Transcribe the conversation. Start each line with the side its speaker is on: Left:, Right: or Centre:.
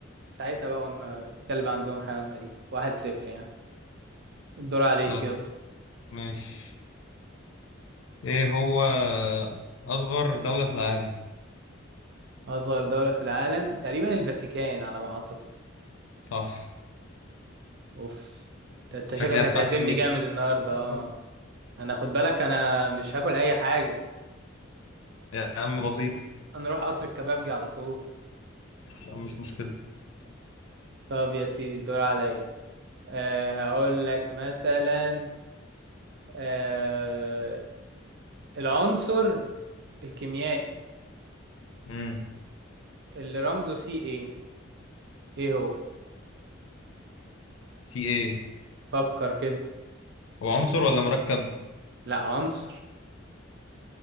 Right: ساعتها بقى هم الكلب عندهم حيوان أليف واحد صفر يعني الدور عليك
Left: طب
Right: يلا
Left: ماشي ايه هو اصغر دوله في العالم
Right: أصغر دولة في العالم تقريبا الفاتيكان على ما أعتقد
Left: صح
Right: أوف أنت أنت
Left: شكلي
Right: شكلك
Left: هدفع
Right: هتعزمني
Left: كتير
Right: جامد النهاردة اه
Left: <laughs>
Right: أنا خد بالك أنا مش هاكل أي حاجة
Left: يا عم بسيط
Right: أنا أروح قصر الكبابجي على طول
Left: يعني مش مشكلة
Right: طب يا سيدي الدور عليا آه هقول لك مثلا آه العنصر الكيميائي
Left: امم
Right: اللي رمزه سي ايه ايه هو
Left: سي ايه
Right: فكر كده
Left: هو عنصر ولا مركب
Right: لا عنصر